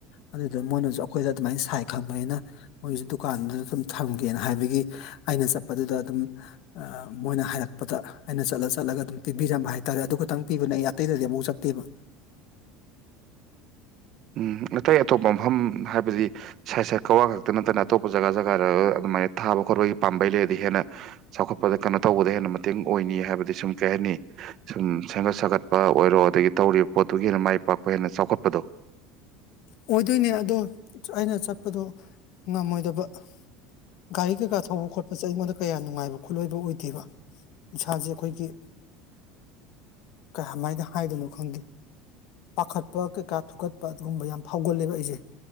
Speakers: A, on the left; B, on the right.
A: ꯑꯗꯨꯗ ꯃꯣꯏꯅꯁꯨ ꯑꯩꯈꯣꯏꯗ ꯑꯗꯨꯃꯥꯏꯅ ꯁꯥꯏ ꯈꯪꯕꯅꯤꯅ ꯃꯣꯏꯒꯤꯁꯨ ꯗꯨꯀꯥꯟꯗꯨꯗ ꯑꯗꯨꯝ ꯊꯝꯒꯦꯅ ꯍꯥꯏꯕꯒꯤ ꯑꯩꯅ ꯆꯠꯄꯗꯨꯗ ꯑꯗꯨꯝ ꯃꯣꯏꯅ ꯍꯥꯏꯔꯛꯄꯗ ꯑꯩꯅ ꯆꯠꯂ ꯆꯠꯂꯒ ꯑꯗꯨꯝ ꯄꯤꯕꯤꯔꯝꯕ ꯍꯥꯏ ꯇꯥꯔꯦ ꯑꯗꯨ ꯈꯛꯇꯪ ꯄꯤꯕꯅꯦ ꯑꯩ ꯑꯇꯩꯗꯗꯤ ꯑꯃꯧ ꯆꯠꯇꯦꯕ
B: ꯎꯝ ꯑꯇꯩ ꯑꯇꯣꯞꯄ ꯃꯐꯝ ꯍꯥꯏꯕꯗꯤ ꯁꯥꯏꯠ ꯁꯥꯏꯠ ꯀꯛꯋꯥ ꯈꯛꯇ ꯅꯠꯇꯅ ꯑꯇꯣꯞꯄ ꯖꯒꯥ ꯖꯒꯥꯗ ꯑꯗꯨꯃꯥꯏꯅ ꯊꯥꯕ ꯈꯣꯠꯄꯒꯤ ꯄꯥꯝꯕꯩ ꯂꯩꯔꯗꯤ ꯍꯦꯟꯅ ꯆꯥꯎꯈꯠꯄꯗ ꯀꯩꯅꯣ ꯇꯧꯕꯗ ꯍꯦꯟꯅ ꯌꯥꯝꯅ ꯃꯇꯦꯡ ꯑꯣꯏꯅꯤ ꯍꯥꯏꯕꯗꯤ ꯁꯨꯝ ꯀꯩꯍꯥꯏꯅꯤ ꯁꯨꯝ ꯁꯦꯝꯒꯠ ꯁꯥꯒꯠꯄ ꯑꯣꯏꯔꯣ ꯑꯗꯒꯤ ꯇꯧꯔꯤꯕ ꯄꯣꯠꯇꯨꯒꯤ ꯍꯦꯟꯅ ꯃꯥꯏ ꯄꯥꯛꯄ ꯄ ꯍꯦꯟꯅ ꯆꯥꯎꯈꯠꯄꯗꯣ
A: ꯑꯣꯏꯗꯣꯏꯅꯦ ꯑꯗꯣ ꯑꯩꯅ ꯆꯠꯄꯗꯣ ꯉꯝꯃꯣꯏꯗꯕ ꯒꯥꯔꯤ ꯀꯩꯀꯥ ꯊꯧꯕ ꯈꯣꯠꯄꯁꯦ ꯑꯩꯉꯣꯟꯗ ꯀꯌꯥ ꯅꯨꯡꯉꯥꯏꯕ ꯈꯣꯠꯂꯣꯏꯕ ꯑꯣꯏꯗꯦꯕ ꯏꯁꯥꯁꯦ ꯑꯩꯈꯣꯏꯒꯤ ꯀꯃꯥꯏꯅ ꯍꯥꯏꯗꯣꯏꯅꯣ ꯈꯪꯗꯦ ꯄꯥꯈꯠꯄ ꯀꯩꯀ ꯊꯨꯀꯠꯄ ꯑꯗꯨꯒꯨꯝꯕ ꯌꯥꯝ ꯐꯥꯎꯒꯜꯂꯦꯕ ꯑꯩꯁꯦ